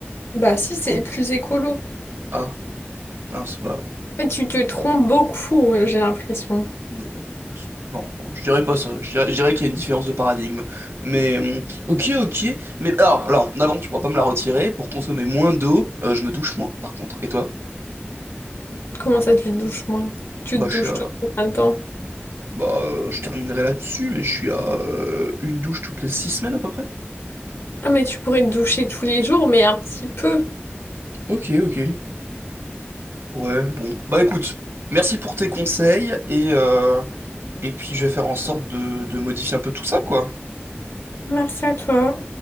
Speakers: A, on the left (about 80°); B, on the right (about 80°).
A: Bah si, c'est plus écolo.
B: Ah mince bah.
A: Mais tu te trompes beaucoup, euh, j'ai l'impression.
B: Non, non, bah, c'est- non, non, je dirais pas ça. Je dirais, je dirais qu'il y a une différence de paradigme. Mais hum, ok, ok. Mais alors, alors, en avant, tu pourras pas me la retirer. Pour consommer moins d'eau, euh, je me douche moins, par contre. Et toi?
A: Comment ça, tu te douches moins? Tu
B: Bah,
A: te douches
B: je suis à...
A: tout le temps.
B: bah, euh, je terminerai là-dessus, mais je suis à euh, une douche toutes les six semaines à peu près.
A: Ah, mais tu pourrais te doucher tous les jours, mais un petit peu.
B: Ok, ok. Ouais, bon. Bah écoute, merci pour tes conseils et, euh, et puis je vais faire en sorte de, de modifier un peu tout ça, quoi.
A: Merci à toi.